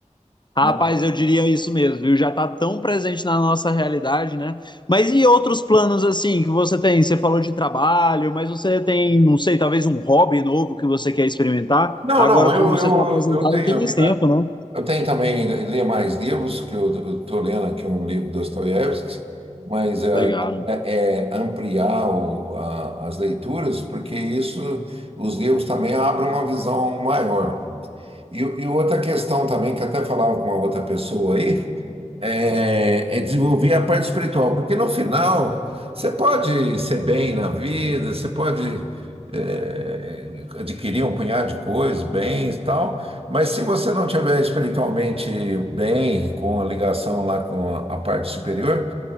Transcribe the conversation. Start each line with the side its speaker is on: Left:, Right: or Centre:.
Left: Rapaz,
Right: Na-
Left: eu diria isso mesmo, viu? Já tá tão presente na nossa realidade, né? Mas e outros planos assim que você tem? Você falou de trabalho, mas você tem, não sei, talvez um hobby novo que você quer experimentar?
Right: Não,
Left: Agora,
Right: não,
Left: como
Right: eu,
Left: você
Right: eu,
Left: tá apresentado
Right: eu tenho,
Left: tem mais tempo, não?
Right: eu tenho também ler mais livros, que eu estou lendo aqui um livro do Dostoiévski, mas a
Left: Legal.
Right: ideia é ampliar o- a- as leituras, porque isso, os livros também abrem uma visão maior. E, e outra questão também, que até falava com uma outra pessoa aí, é, é desenvolver a parte espiritual, porque no final você pode ser bem na vida, você pode é, adquirir um punhado de coisas, bens e tal, mas se você não tiver espiritualmente bem, com a ligação lá com a a parte superior,